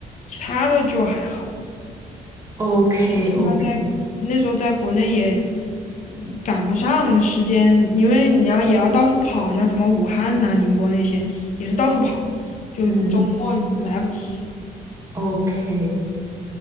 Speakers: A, on the left (about 60°); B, on the right (about 20°).
A: 其他的就还好。
B: ，OK
A: 其他在那时候在国内也
B: OK，
A: 嗯赶不上时间，因为你要也要到处跑，像什么武汉呐、宁波那些也是到处跑，
B: 嗯
A: 就周末来不及。
B: 嗯，OK。